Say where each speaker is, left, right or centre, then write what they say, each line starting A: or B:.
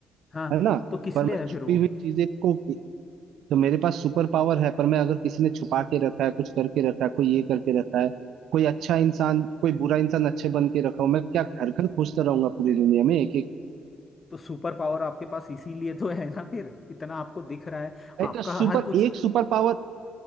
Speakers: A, on the left; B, on the right.
A: हाँ
B: है ना
A: तो किस
B: पर
A: लिए
B: मैं
A: है फिर
B: छुपी
A: वो
B: हुई चीजें को तो मेरे पास सुपर पावर है पर मैं अगर किसी ने छुपा के रखा है कुछ करके रखा है कोई ये करके रखा है कोई अच्छा इंसान कोई बुरा इंसान अच्छे बन के रखा हो मैं क्या घर घर खोजता रहूंगा पूरी दुनिया में एक एक
A: तो सुपर पावर आपके पास इसीलिए तो है ना फिर इतना आपको दिख रहा है
B: नहीं
A: आपका
B: तो सुपर
A: हर कुछ
B: एक सुपर पावर